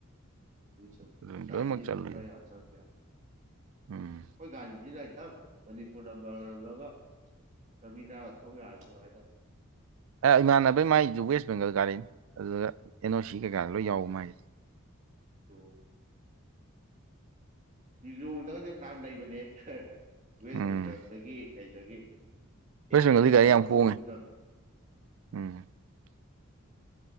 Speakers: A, on the right (about 35°); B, on the right (about 65°).
A: ꯁꯤꯗꯩ ꯆꯠꯄ
B: ꯑꯗꯨ
A: ꯒꯥꯔꯤꯗꯤ
B: ꯂꯣꯏꯅꯃꯛ ꯆꯜꯂꯣꯏꯗꯧꯕ
A: ꯈꯔ ꯌꯥꯝ ꯆꯪꯗ ꯌꯥꯔꯣꯢ
B: ꯎꯝ
A: ꯑꯩꯈꯣꯏ ꯒꯥꯔꯤꯁꯤꯅ ꯈꯤꯇꯪ ꯃꯅꯤꯄꯨꯔ ꯅꯝꯕꯔ ꯑꯣꯏꯔꯝꯃꯒ ꯂꯝꯕꯤ ꯅ ꯊꯧ ꯌꯥꯔꯗꯤ ꯅꯨꯡꯉꯥꯢꯗꯧ
B: ꯏꯃꯥꯟꯅꯕꯩ ꯃꯥꯏꯗꯨ ꯋꯦꯁ ꯕꯦꯡꯒꯜ ꯒꯥꯔꯤꯅꯤ ꯑꯗꯨꯒ ꯑꯦꯟ ꯑꯣ ꯁꯤ ꯀꯩꯀꯥꯗꯣ ꯂꯣꯏ ꯌꯥꯎꯕ ꯃꯥꯏꯁꯦ
A: ꯑꯣ ꯂꯤꯂꯣꯡꯗꯒꯗꯤ ꯐꯥꯅ ꯌꯥꯝ ꯂꯩꯕꯅꯦ ꯋꯦꯁ
B: ꯎꯝ
A: ꯕꯦꯡꯒꯜꯗꯒꯤ ꯀꯩꯗꯒꯤ
B: ꯋꯦꯁ
A: ꯑꯦꯝ
B: ꯕꯦꯡꯒꯜꯗꯤ
A: ꯑꯦꯟ ꯅꯝꯕꯔ
B: ꯒꯥꯔꯤ ꯌꯥꯝ
A: ꯑꯝꯇ
B: ꯍꯣꯡꯉꯦ
A: ꯎꯗꯝ
B: ꯎꯝ